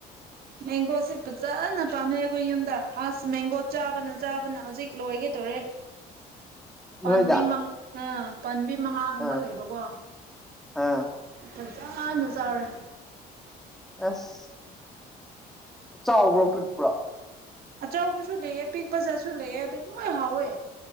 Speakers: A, on the right; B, in the centre.
A: ꯃꯦꯡꯒꯣꯁꯦ ꯐꯖꯅ ꯄꯥꯝꯃꯦ ꯑꯩꯈꯣꯏ ꯌꯨꯝꯗ ꯑꯁ ꯃꯦꯡꯒꯣ ꯆꯥꯕꯅ ꯆꯥꯕꯅ ꯍꯧꯖꯤꯛ ꯂꯣꯏꯒꯗꯧꯔꯦ <unintelligible> ꯄꯥꯝꯕꯤ
B: ꯅꯣꯏꯗ
A: ꯃꯉꯥ ꯄꯥꯝꯕꯤ ꯃꯉꯥꯒꯨꯝꯕ
B: ꯑꯥ
A: ꯂꯩꯕꯀꯣ
B: ꯑꯥ
A: ꯐꯖꯅ ꯆꯥꯔꯦ
B: ꯑꯁ ꯆꯥꯎꯕ꯭ꯔꯣ ꯄꯤꯛꯄ꯭ꯔꯣ
A: ꯑꯆꯧꯕꯁꯨ ꯂꯩꯑꯦ ꯄꯤꯛꯄꯁꯨ ꯂꯩꯑꯦ ꯑꯗꯨ ꯂꯣꯏ ꯍꯥꯎꯋꯦ